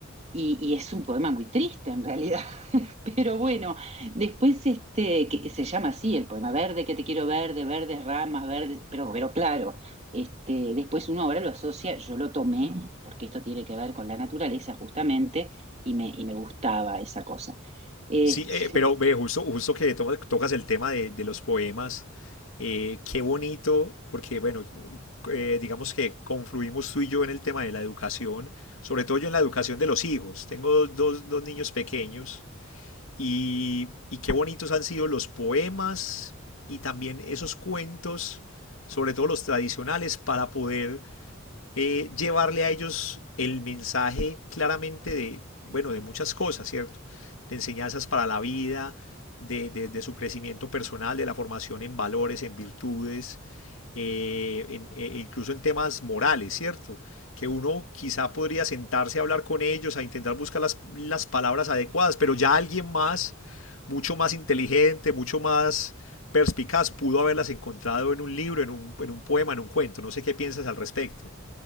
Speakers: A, on the right; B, on the left.
A: y, y es un poema muy triste en realidad, <laughs> pero bueno, después este, que se llama así el poema, verde que te quiero verde, verdes ramas, verdes, pero, pero claro, este, después uno ahora lo asocia, yo lo tomé, porque esto tiene que ver con la naturaleza justamente, y me, y me gustaba esa cosa. Este,
B: Sí, eh, pero ve, justo, justo que to- tocas el tema de, de los poemas, eh, qué bonito, porque bueno, eh, digamos que confluimos tú y yo en el tema de la educación, sobre todo yo en la educación de los hijos. Tengo dos, dos niños pequeños Y, y qué bonitos han sido los poemas y también esos cuentos, sobre todo los tradicionales, para poder eh, llevarle a ellos el mensaje claramente de, bueno, de muchas cosas, ¿cierto? De enseñanzas para la vida, de, de, de su crecimiento personal, de la formación en valores, en virtudes, eh, en- e e incluso en temas morales, ¿cierto? Que uno quizá podría sentarse a hablar con ellos, a intentar buscar las, las palabras adecuadas, pero ya alguien más, mucho más inteligente, mucho más perspicaz, pudo haberlas encontrado en un libro, en un, en un poema, en un cuento. No sé qué piensas al respecto.